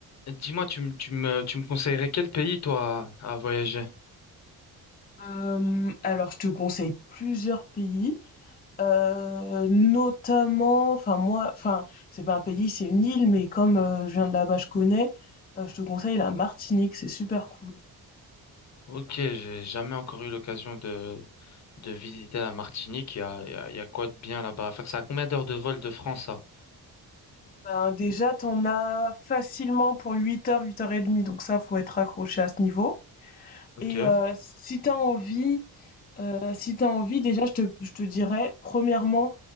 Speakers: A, on the left; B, on the left.
A: Dis-moi, tu, me- tu me, tu me conseillerais quel pays, toi, à, à voyager?
B: Hem, alors je te conseille plusieurs pays, heu, notamment enfin moi enfin c'est pas un pays, c'est une île, mais comme, heu, je viens de là-bas, je connais, heu, je te conseille la Martinique, c'est super cool.
A: Ok, j'ai jamais encore eu l'occasion de, de visiter la Martinique. Il y a, il y a, il y a quoi de bien là-bas à faire? C'est à combien d'heures de vol de France, ça?
B: Ben, déjà, t'en as facilement pour 8 heures, 8 heures et demie, donc ça, faut être accroché à ce niveau
A: Ok,
B: et heu, si t'as envie Euh, si t'as envie, déjà, je te, je te dirais, premièrement,